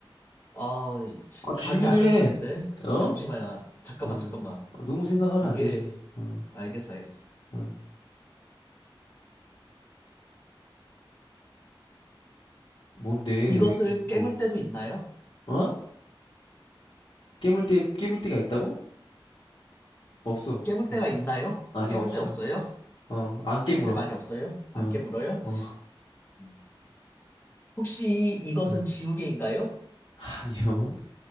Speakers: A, on the left; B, on the left.
A: 아
B: 아, 질문을
A: 감이 안 잡히는데
B: 해. 어?
A: 잠시만요. 잠깐만
B: 어.
A: 잠깐만.
B: 어, 너무 생각하면
A: 이게
B: 안 되지. 어.
A: 알겠어 알겠어.
B: 어. 뭔데?
A: 이것을
B: 왜, 이렇게
A: 깨물
B: 뭐,
A: 때도 있나요?
B: 어? 깨물 때, 깨물 때가 있다고? 없어.
A: 깨물
B: 깨물
A: 때가
B: 때.
A: 있나요?
B: 아니,
A: 깨물
B: 없어.
A: 때 없어요?
B: 어, 안 깨물어.
A: 깨물 때 많이 없어요? 안
B: 어,
A: 깨물어요?
B: 어,
A: 음. 혹시 이것은
B: <laughs>
A: 지우개인가요?
B: 아니요.